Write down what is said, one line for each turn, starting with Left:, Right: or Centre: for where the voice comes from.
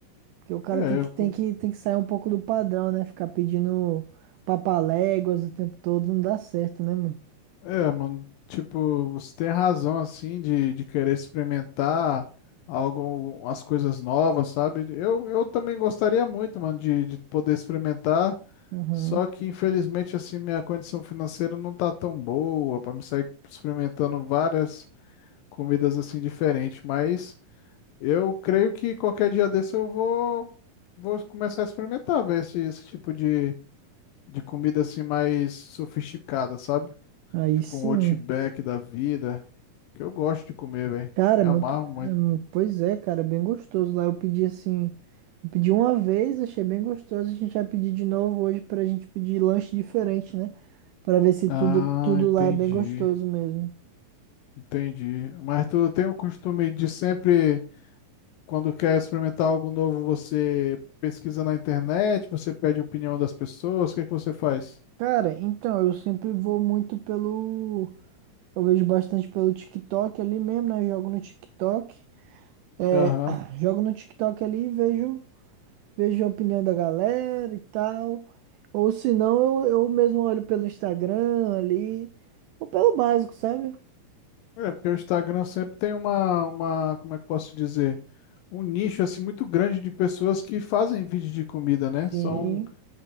Right: Porque o cara
Left: É,
Right: tem que,
Left: eu
Right: tem
Left: com-
Right: que, tem que sair um pouco do padrão, né? Ficar pedindo papaléguas o tempo todo não dá certo, né, mano?
Left: é, mano, tipo, você tem razão, assim, de, de querer experimentar algo, as coisas novas, sabe? Eu, eu também gostaria muito, mano, de, de poder experimentar,
Right: Aham.
Left: só que, infelizmente, assim, minha condição financeira não tá tão boa pra me sair experimentando várias comidas, assim, diferentes, mas eu creio que qualquer dia desse eu vou, vou começar a experimentar, ver esse, esse tipo de, de comida, assim, mais sofisticada, sabe?
Right: Aí
Left: Tipo
Right: sim.
Left: um Outback da vida. Que eu gosto de comer, velho.
Right: Cara, é
Left: Me
Right: muito.
Left: amarro muito.
Right: hum, Pois é, cara, é bem gostoso lá. Eu pedi assim. Eu pedi uma vez, achei bem gostoso. A gente vai pedir de novo hoje pra gente pedir lanche diferente, né? Pra ver se
Left: Ah,
Right: tudo, tudo
Left: entendi.
Right: lá é bem gostoso mesmo.
Left: Entendi. Mas tu tem o costume de sempre, quando quer experimentar algo novo, você pesquisa na internet, você pede opinião das pessoas, o que é que você faz?
Right: Cara, então, eu sempre vou muito pelo. Eu vejo bastante pelo TikTok ali mesmo, né? Jogo no TikTok. É,
Left: Aham.
Right: <clears throat> jogo no TikTok ali e vejo. vejo a opinião da galera e tal. Ou se não, eu, eu mesmo olho pelo Instagram ali, ou pelo básico, sabe?
Left: É, porque o Instagram sempre tem uma, uma, como é que eu posso dizer? Um nicho assim muito grande de pessoas que fazem vídeo de comida, né?
Right: Sim,
Left: São,